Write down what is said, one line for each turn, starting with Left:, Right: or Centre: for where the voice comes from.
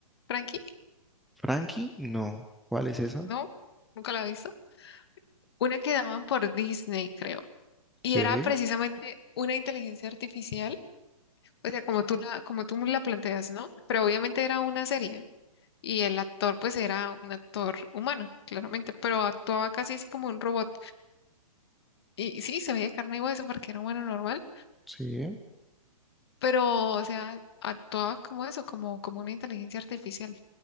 Left: ¿Frankie?
Centre: Frankie, no. ¿Cuál es esa?
Left: ¿No? ¿Nunca la has visto? Una que daban por Disney, creo. Y
Centre: ¿Qué?
Left: era precisamente una inteligencia artificial. O sea, como tú la, como tú la planteas, ¿no? Pero obviamente era una serie. Y el actor, pues, era un actor humano, claramente, pero actuaba casi así como un robot. Y sí, se veía carne y hueso porque era bueno normal,
Centre: Sí.
Left: pero, o sea, actuaba como eso, como, como una inteligencia artificial.